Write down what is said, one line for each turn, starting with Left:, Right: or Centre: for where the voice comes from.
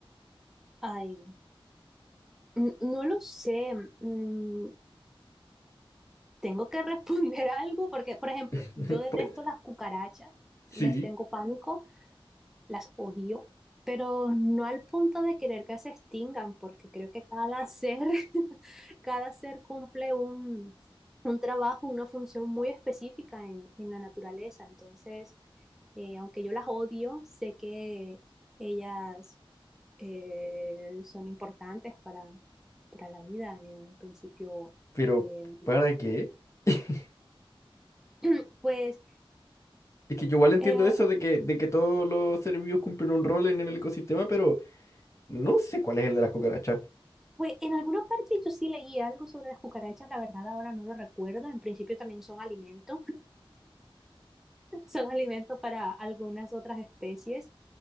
Centre: Ay, n- no lo sé. Mm, tengo que responder <laughs> algo porque, por ejemplo,
Left: <laughs>
Centre: yo detesto las cucarachas, les
Left: Sí,
Centre: tengo pánico, las odio, pero no al punto de querer que se extingan, porque creo que cada ser, <laughs> cada ser cumple un, un trabajo, una función muy específica en, en la naturaleza. Entonces, eh, aunque yo las odio, sé que ellas eh, son importantes para, para la vida. En principio,
Left: pero
Centre: eh,
Left: ¿para qué? <laughs>
Centre: <clears throat> pues,
Left: Es que yo igual entiendo
Centre: eh,
Left: eso de que, de que todos los seres vivos cumplen un rol en el ecosistema, pero no sé cuál es el de las cucarachas.
Centre: pues en alguna parte yo sí leí algo sobre las cucarachas, la verdad ahora no lo recuerdo. En principio también son alimento, <laughs> son alimento para algunas otras especies.